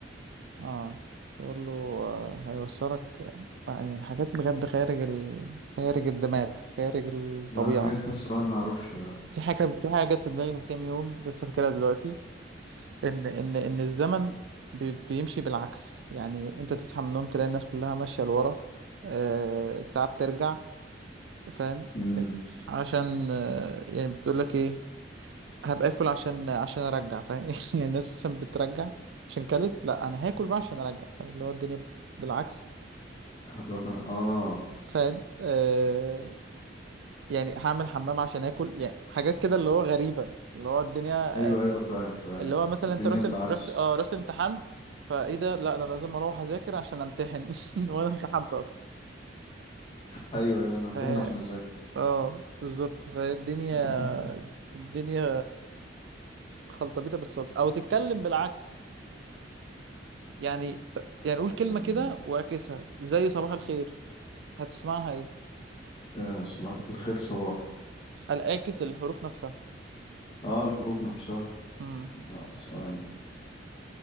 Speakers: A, on the right; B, on the left.
A: اه بقول له آه، هيوصلك آه، يعني حاجات بجد خارج ال... خارج الدماغ خارج الطبيعة
B: ده حاجات الصراحة ما اعرفش
A: في حاجة في حاجة جت في دماغي من كام يوم لسه فاكرها دلوقتي ان ان ان الزمن بي- بيمشي بالعكس يعني انت تصحى من النوم تلاقي الناس كلها ماشيه لورا آه، الساعه بترجع فاهم
B: اه
A: عشان آه، يعني بتقول لك ايه هبقى اكل عشان عشان ارجع فاهم <laughs> يعني الناس مثلا بترجع عشان كلت لا انا هاكل بقى عشان ارجع فاهم اللي هو الدنيا بالعكس
B: باكل اه
A: فاهم آه يعني هعمل حمام عشان اكل يعني حاجات كده اللي هو غريبه اللي هو الدنيا
B: ايوه ايوه فاهم فاهم
A: اللي هو مثلا
B: الدنيا
A: انت رحت
B: بالعكس
A: رحت اه رحت امتحنت فايه ده لا ده انا لازم اروح اذاكر عشان امتحن <laughs> وانا امتحنت اصلا
B: ايوه أيوه، انا امتحن
A: ف
B: عشان اذاكر
A: اه بالظبط فالدنيا
B: <laughs>
A: الدنيا خلطبيطه بالسلطه او تتكلم بالعكس يعني ت- يعني قول كلمه
B: آه
A: كده واعكسها زي صباح الخير هتسمعها ايه
B: آه، صباح الخير صباح
A: الاعكس الحروف نفسها
B: اه الحروف نفسها
A: امم
B: لا ثواني